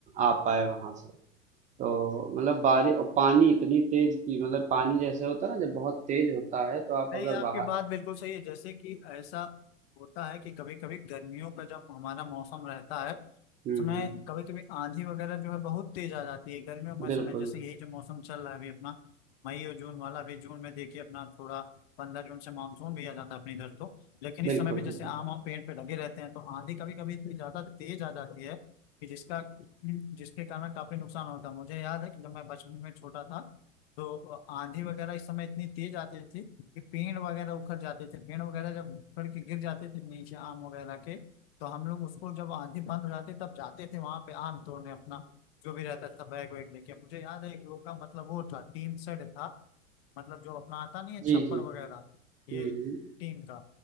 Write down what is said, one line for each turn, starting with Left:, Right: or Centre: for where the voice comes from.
Right: आ पाए वहां से तो मतलब बारिश और पानी इतनी तेज की मतलब पानी जैसे होता है ना जब बहुत तेज होता है तो आप
Left: नहीं
Right: अगर
Left: आपकी
Right: बाहर
Left: बात बिल्कुल सही है जैसे कि ऐसा होता है कि कभी कभी गर्मियों का जब हमारा मौसम रहता है
Right: हम्म
Left: उसमें
Right: हम्म।
Left: कभी कभी आंधी वगैरह जो है बहुत तेज आ जाती है गर्मियों का समय
Right: बिल्कुल,
Left: जैसे यही जो मौसम चल रहा है अभी अपना मई और जून वाला अभी जून में देखिए अपना थोड़ा पंद्रह जून से मानसून भी आ जाता है अपने इधर तो लेकिन
Right: बिल्कुल,
Left: इस समय भी जैसे
Right: बिल्कुल।
Left: आम आम पेड़ पे लगे रहते हैं तो आंधी कभी कभी इतनी ज्यादा तेज आ जाती है कि जिसका जिसके कारण काफी नुकसान होता है मुझे याद है कि जब मैं बचपन में छोटा था तो आंधी वगैरह इस समय इतनी तेज आती थी कि पेड़ वगैरह उखड़ जाते थे पेड़ वगैरह जब उखड़ के गिर जाते थे नीचे आम वगैरह के तो हम लोग उसको जब आंधी बंद हो जाती तब जाते थे वहां पे आम तोड़ने अपना जो भी रहता था बैग वैग लेके मुझे याद है एक लोग का मतलब वो था टीन शेड था मतलब जो अपना आता नहीं है
Right: जी,
Left: छप्पर
Right: जी।
Left: वगैरह ये
Right: हुँ, हुँ,
Left: टीम का